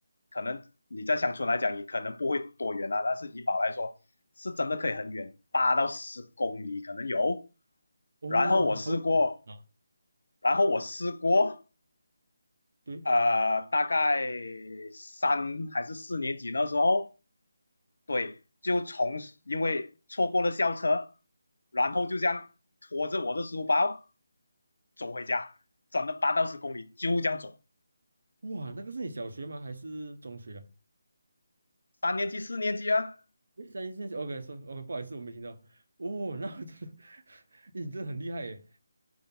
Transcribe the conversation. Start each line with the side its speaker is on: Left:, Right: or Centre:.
Left: 可能你在乡村来讲也可能不会多远啊，但是怡保来说是真的可以很远，八到十公里可能有。
Right: 哦，
Left: 然后我试过，
Right: 好久啊，
Left: 然后我试过，
Right: 对，
Left: 呃，大概三还是四年级那时候，对，就从因为错过了校车，然后就这样拖着我的书包走回家，转了八到十公里，就这样走。
Right: 哇，那个是你小学吗？还是中学啊？
Left: 三年级、四年级啊，
Right: 诶三一三四，OK，说 OK，不好意思，我没听到。哦，那我真的 <laughs> 诶你真的很厉害耶，